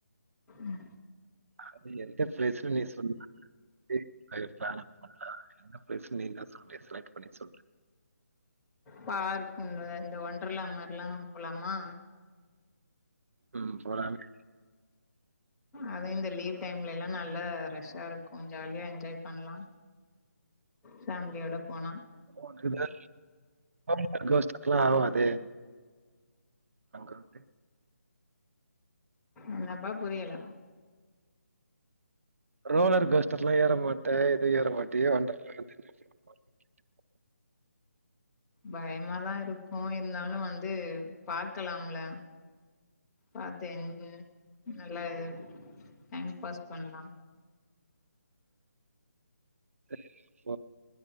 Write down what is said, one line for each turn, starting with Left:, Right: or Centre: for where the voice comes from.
Centre: ம்
Right: அது எந்த ப்ளேஸ்னு நீ சொல்லூ <unintelligible> <unintelligible> எந்த பிளேஸ்னு நீ தா <inaudible> செலக்ட் பண்ணி சொல்லு
Centre: பார்க் உம் த இந்த ஒன்டர்ல்லா மார்லாம் போலாமா
Right: ம் போலாமே
Centre: அதூ இந்த லீவ் டைம்லெல்லா நல்லா ரஷ்ஷா இருக்கூ ஜாலியா என்ஜாய் பண்லா ஃபேமிலியோட போனா
Right: <unintelligible> <unintelligible> அங்க வன்ட்டு
Centre: என்னப்பா புரியல
Right: ரோலர் கோஸ்டர் எல்லா ஏற மாட்ட எதுவு ஏற மாட்டியே வொண்டர்லா <unintelligible>
Centre: பயமாதா இருக்கூ இருந்தாலூ வந்து பாக்கலாம்ல பாத்து என் ஹும் நல்லா டைம் பாஸ் பண்லா
Right: <unintelligible>